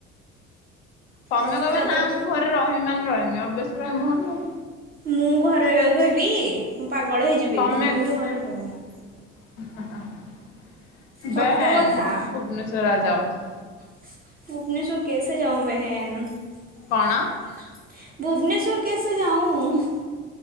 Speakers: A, on the left; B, on the right.
A: ତୋମେ
B: ରଥଯାତ୍ରା
A: କହିବ ନା ମୁଁ ଘରେ ରହମି ମାନେ ରହମି ଅଭ୍ୟାସ ରହମି ହୋଠୁ ଆଉ।
B: ମୁଁ ଘରେ ରହିବାକୁ କହିବି ମୁଁ ପାଗଳ ହେଇଯିବି,
A: ତମେ
B: ମୁଁ ଏମିତି ଘରେ ରହିପାରିମିନି।
A: <unintelligible>
B: ସତ କଥା। <unintelligible>
A: କଣ?
B: <unintelligible>